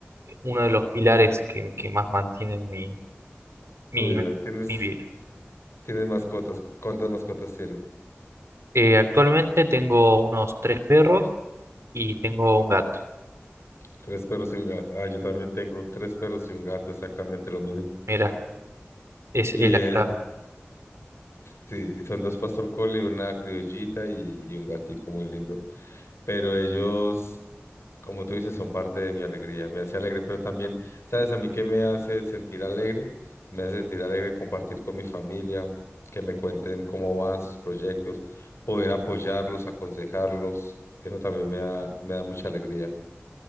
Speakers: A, on the right (about 85°); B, on the left (about 75°).
A: uno de los pilares que, que más mantienen mi, mi,
B: tu vida, ¿tienes...
A: mi vida.
B: Tienen mascotas. ¿Cuántas mascotas tienen?
A: Eh, actualmente tengo unos tres perros y tengo un gato.
B: Tres perros y un gato. Ah, yo también tengo tres perros y un gato, exactamente lo mismo. <laughs>
A: Mira, es,
B: Y
A: es la
B: eh,
A: clave.
B: sí, y son dos pastor collie, una criollita y, y un gatico muy lindo. Pero ellos, como tú dices, son parte de mi alegría. Me hace alegre, pero también, ¿sabes a mí qué me hace sentir alegre? Me hace sentir alegre compartir con mi familia, que me cuenten cómo van sus proyectos, poder apoyarlos, aconsejarlos. Eso también me da, me da mucha alegría.